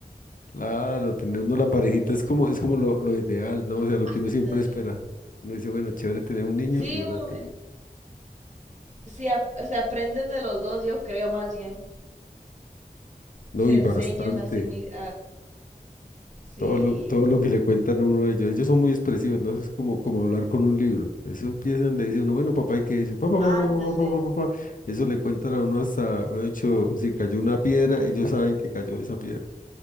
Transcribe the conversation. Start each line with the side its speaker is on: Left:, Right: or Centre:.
Left: Claro, tener uno la parejita es como, es como lo, lo ideal, ¿no? O sea, lo que uno
Right: ándale.
Left: siempre espera. Uno dice, bueno, chévere tener un niño
Right: Sí,
Left: y una
Right: u-
Left: niña.
Right: Sí, a- o sea, aprenden de los dos, yo creo más bien.
Left: No,
Right: Se
Left: y
Right: enseñan
Left: bastante.
Right: a sí mismos. Sí.
Left: Todo lo, todo lo que le cuentan a uno de ellos. Ellos son muy expresivos, ¿no? Eso es como, como hablar con un libro. Eso empiezan, le dicen uno, bueno, papá, ¿y qué es eso? Papá, papá,
Right: Ándale.
Left: papá, papá, papá, papá. Eso le cuentan a uno hasta, de hecho, si cayó una piedra, ellos saben que cayó esa piedra.